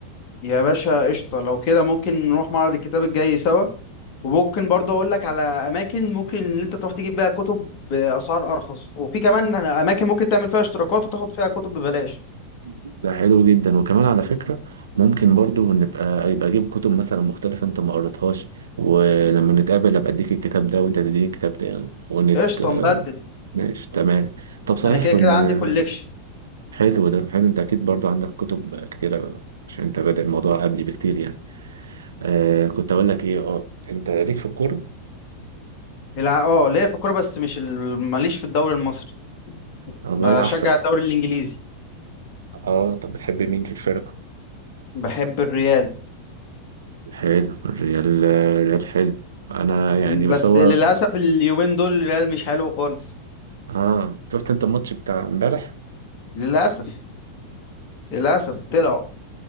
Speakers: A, on the left; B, on the right.
A: يا باشا قشطة لو كده ممكن نروح معرض الكتاب الجاي سوا وممكن برضه أقول لك على أماكن ممكن إن أنت تروح تجيب بيها كتب بأسعار أرخص وفي كمان أماكن ممكن تعمل فيها اشتراكات وتاخد فيها كتب ببلاش
B: ده حلو جدا وكمان على فكره ممكن برضو نبقى يبقى اجيب كتب مثلا مختلفه انت ما قريتهاش ولما نتقابل ابقى اديك الكتاب ده وانت تديني الكتاب ده يعني ونت
A: قشطة
B: آه،
A: نبدل
B: ماشي تمام طب صحيح
A: أنا كده
B: بال...
A: كده عندي كوليكشن
B: حلو ده حلو انت اكيد برضو عندك كتب كتيره عشان انت بادئ الموضوع قبلي بكتير يعني آه كنت اقول لك ايه اه انت ليك في الكوره
A: الع- اه ليا في الكورة بس مش ال- ماليش في الدوري المصري
B: والله
A: بشجع
B: احسن
A: الدوري الإنجليزي
B: اه طب بتحب مين في الفرقه
A: بحب الريال
B: حلو الريال الريال حلو انا يعني بس
A: بس
B: هو
A: للأسف اليومين دول الريال مش حلو خالص
B: اه شفت انت الماتش بتاع امبارح
A: للأسف للأسف طلعوا